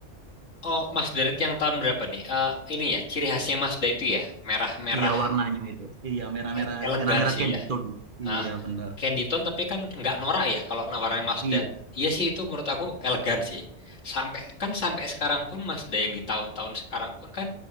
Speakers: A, on the left; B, on the right.
A: oh, Mazda yang tahun berapa nih? Eh, ini ya, ciri khasnya Mazda itu ya, merah-merah,
B: Iya, warnanya itu. Iya, merah-merah
A: el- elegan
B: merah-merah
A: sih
B: candy
A: ya.
B: tone. Iya,
A: Ah,
B: benar.
A: Candyton tapi kan nggak norak ya kalau nawarnya Mazda.
B: Iya,
A: Iya sih itu menurut aku elegan sih. Sampai kan sampai sekarang pun Mazda yang di tahun-tahun sekarang pun kan